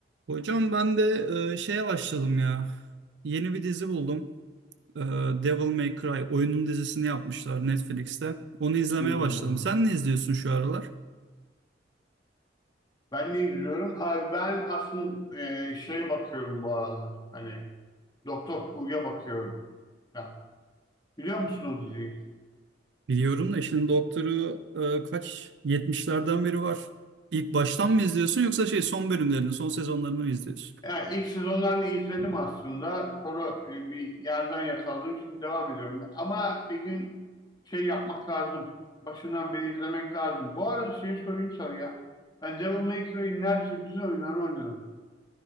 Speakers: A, on the right (about 70°); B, on the left (about 25°).
A: Hocam ben de e, şeye başladım ya. Yeni bir dizi buldum. E, Devil May Cry oyunun dizisini yapmışlar Netflix'te. Onu izlemeye
B: Hmm.
A: başladım. Sen ne izliyorsun şu aralar?
B: Ben ne izliyorum? Abi ben aslında e, şeye bakıyorum bu aralar. Hani Doktor Who'ya bakıyorum. Ya, biliyor musun o diziyi?
A: Biliyorum da işin doktoru e, kaç? yetmişlerden beri var. İlk baştan mı izliyorsun yoksa şey son bölümlerini, son sezonlarını mı izliyorsun?
B: Yani ilk sezonlarını izledim aslında. Sonra e, bir yerden yakaladım. Şimdi devam ediyorum. Ama bir gün şey yapmak lazım. Başından beri izlemek lazım. Bu arada şey sorayım sana ya. Ben Devil May Cry'in neredeyse bütün oyunlarını oynadım.